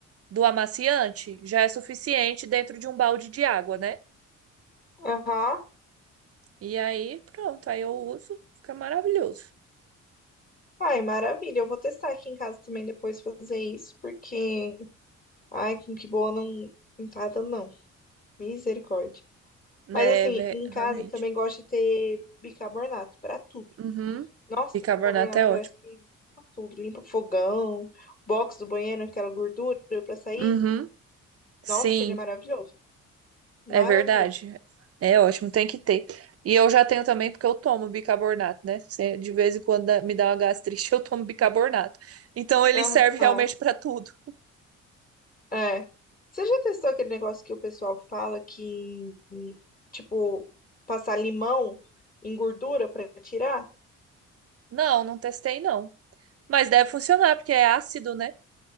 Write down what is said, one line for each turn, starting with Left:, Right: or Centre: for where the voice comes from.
Right: do amaciante, já é suficiente dentro de um balde de água, né?
Left: Aham.
Right: E aí, pronto, aí eu uso, fica maravilhoso.
Left: Ai, maravilha. Eu vou testar aqui em casa também depois fazer isso, porque Ai, com que boa não entrada não. Misericórdia.
Right: Né,
Left: Mas assim,
Right: ve-
Left: em
Right: realmente.
Left: casa também gosto de ter bicarbonato pra tudo.
Right: Uhum.
Left: Nossa,
Right: Bicarbonato
Left: bicarbonato
Right: é ótimo.
Left: parece que limpa tudo, limpa fogão, box do banheiro, aquela gordura pra sair.
Right: Uhum. Sim.
Left: Nossa, ele é maravilhoso. Maravilhoso.
Right: É verdade. É ótimo, tem que ter. E eu já tenho também porque eu tomo bicarbonato, né? Se- De vez em quando dá- me dá uma gastrite, <laughs> eu tomo bicarbonato. Então ele
Left: Aham.
Right: serve realmente pra tudo.
Left: É. Você já testou aquele negócio que o pessoal fala que, tipo, passar limão em gordura pra tirar?
Right: Não, não testei não. Mas deve funcionar porque é ácido, né?